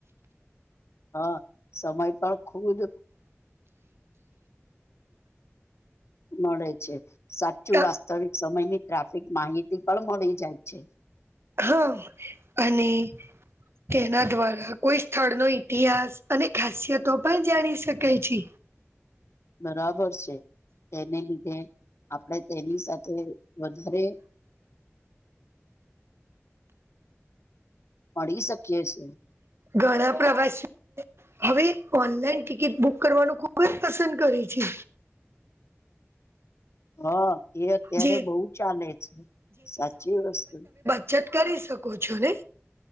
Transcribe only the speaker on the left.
હા સમય પણ ખુબ જ મળે છે સાચું
વાસ્તવિક સમયની ટ્રાફ માહિતી પણ મળી જાય છે.
બરાબર છે તેને લીધે આપડે તેની સાથે વધારે મળી શકીએ છીએ.
હા એ અત્યારે
બહુ ચાલે છે. સાચી વસ્તુ